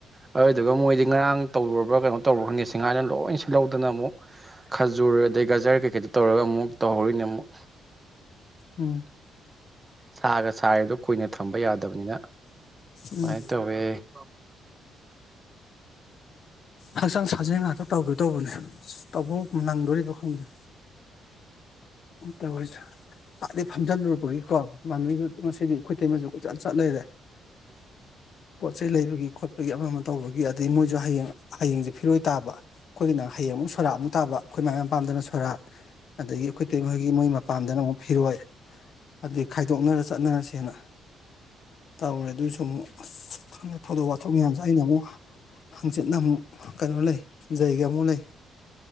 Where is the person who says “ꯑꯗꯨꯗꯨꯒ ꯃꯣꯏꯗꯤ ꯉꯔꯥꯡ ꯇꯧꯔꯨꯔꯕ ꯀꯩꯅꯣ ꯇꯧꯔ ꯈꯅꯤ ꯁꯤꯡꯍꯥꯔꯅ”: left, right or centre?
Right